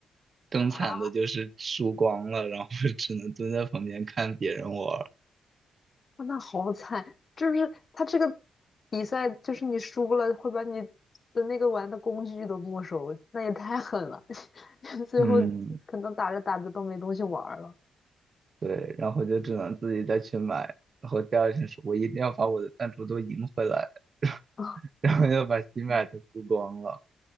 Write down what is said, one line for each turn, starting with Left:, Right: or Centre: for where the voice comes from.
Right: 更惨的就是输光了，
Left: 啊。
Right: 然后 <laughs> 只能蹲在旁边看别人玩儿。
Left: 哇那好惨，就是他这个比赛，就是你输了会把你的那个玩的工具都没收，那也太狠了。<laughs> 最后
Right: 嗯，
Left: 可能打着打着都没东西玩儿了。
Right: 对，然后就只能自己再去买，然后第二天说我一定要把我的弹珠都赢回来，<laughs>
Left: <laughs>
Right: 然后又把新买的输光了。
Left: 嗯，